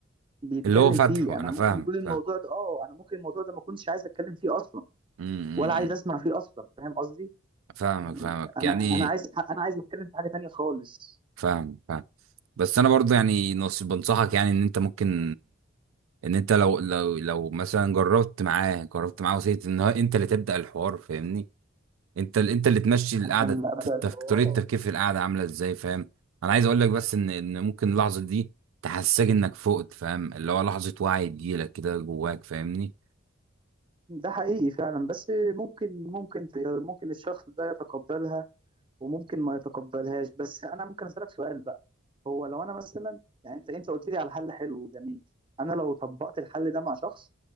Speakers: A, on the right; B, on the right.
A: بيتكلم
B: اللي هو فتحه
A: فيه انا
B: انا
A: ممكن
B: فاهمك
A: يكون الموضوع
B: فاهم
A: ده اه انا ممكن الموضوع ده ما كنتش عايز اتكلم فيه اصلا
B: مم.
A: ولا عايز اسمع فيه اصلا فاهم قصدي
B: فاهمك
A: يعني
B: فاهمك
A: انا
B: يعني
A: انا عايز انا عايز اتكلم في حاجه تانية خالص
B: فاهم فاهم بس انا برضه يعني نص بنصحك يعني ان انت ممكن ان انت لو لو لو مثلا جربت معاه جربت معاه وسيت ان هو انت اللي تبدأ الحوار فاهمني انت ال- انت اللي تمشي القعده
A: انا اللي ابدا
B: التف-
A: الحوار
B: طريقه التفكير في القعده عامله ازاي فاهم انا عايز اقول لك بس ان ان ممكن اللحظه دي تحسسك انك فقت فاهم اللي هو لحظه وعي تجيلك كده جواك فاهمني
A: ده حقيقي فعلا بس ممكن ممكن ممكن الشخص ده يتقبلها وممكن ما يتقبلهاش بس انا ممكن اسالك سؤال بقى هو لو انا مثلا يعني انت انت قلت لي على حل حلو وجميل انا لو طبقت الحل ده مع شخص